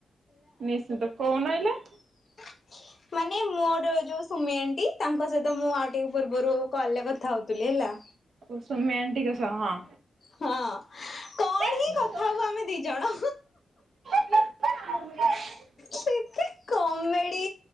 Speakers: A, on the right; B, on the left.
A: ନିଶ୍ଚିନ୍ତ। କହୁନଏଇଲେ?
B: <inaudible> ମାନେ ମୋର ଯୋଉ ସୁମିଆଣ୍ଟି, ତାଙ୍କ ସହିତ ମୁଁ ଆଉ ଟିକେ ପୂର୍ବରୁ କଲରେ କଥା ହଉଥିଲି ହେଲା।
A: ଓ ସୋମ୍ୟ ଆଣ୍ଟିଙ୍କ ସହ ହଁ।
B: ହଁ କଣ
A: ହ
B: ହିଁ
A: <inaudible>
B: କଥା ହୋଉ ଆମେ ଦିଜଣ
A: ନ <inaudible>
B: ସେତେ କମେଡି